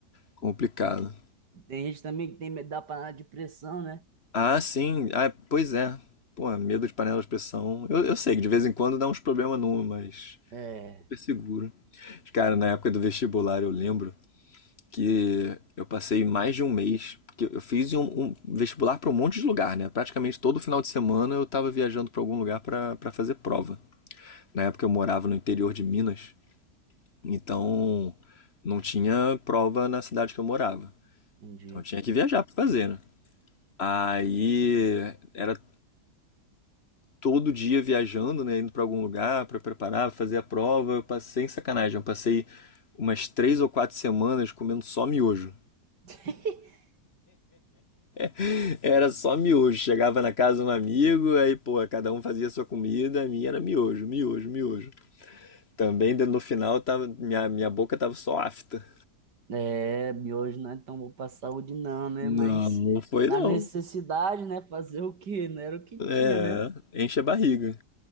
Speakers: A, on the left; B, on the right.
A: Complicado.
B: Tem gente também que tem medo da panela de pressão, né?
A: Ah, sim. Ah, pois é. Pô, medo de panela de pressão. Eu, eu sei que de vez em quando dá uns problemas numa, mas
B: É,
A: super seguro. Cara, na época do vestibular eu lembro que eu passei mais de um mês, porque eu fiz um, um vestibular para um monte de lugar, né? Praticamente todo final de semana eu tava viajando para algum lugar para para fazer prova. Na época eu morava no interior de Minas, então não tinha prova na cidade que eu morava.
B: entendi.
A: Então eu tinha que viajar para fazer, né? Aí era todo dia viajando, né, indo para algum lugar para preparar, fazer a prova. Eu passei, sacanagem, eu passei umas três ou quatro semanas comendo só miojo.
B: <laughs>
A: <laughs> Era só miojo. Chegava na casa de um amigo, aí, pô, cada um fazia a sua comida, a minha era miojo, miojo, miojo. Também no final tava, minha, minha boca tava só afta.
B: É, miojo não é tão bom pra saúde não, né?
A: Não,
B: Mas
A: não foi
B: na
A: não.
B: necessidade, né? Fazer o quê? Não era o que tinha,
A: É,
B: né?
A: enche a barriga.